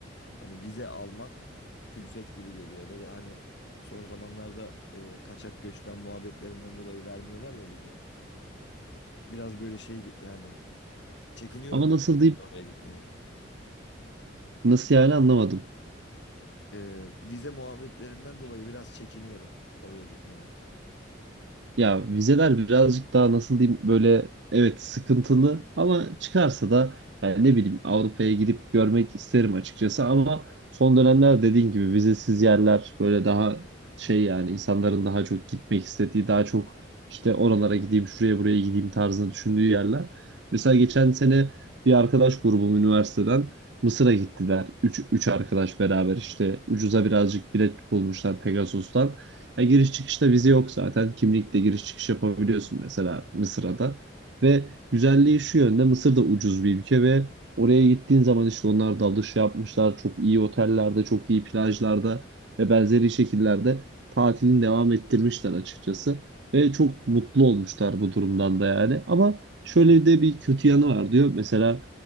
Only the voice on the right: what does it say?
Ama
nasıl deyip
nasıl yani anlamadım.
Ya vizeler birazcık daha nasıl diyeyim böyle evet sıkıntılı ama çıkarsa da yani ne bileyim Avrupa'ya gidip görmek isterim açıkçası ama son dönemler dediğin gibi vizesiz yerler böyle daha şey yani insanların daha çok gitmek istediği daha çok işte oralara gideyim şuraya buraya gideyim tarzında düşündüğü yerler. Mesela geçen sene bir arkadaş grubum üniversiteden Mısır'a gittiler. Üç, üç arkadaş beraber işte ucuza birazcık bilet bulmuşlar Pegasus'tan. Ya giriş çıkışta vize yok zaten. Kimlikle giriş çıkış yapabiliyorsun mesela Mısır'a da. Ve güzelliği şu yönde Mısır da ucuz bir ülke ve oraya gittiğin zaman işte onlar dalış yapmışlar. Çok iyi otellerde, çok iyi plajlarda ve benzeri şekillerde tatilini devam ettirmişler açıkçası. Ve çok mutlu olmuşlar bu durumdan da yani. Ama şöyle de bir kötü yanı var diyor. Mesela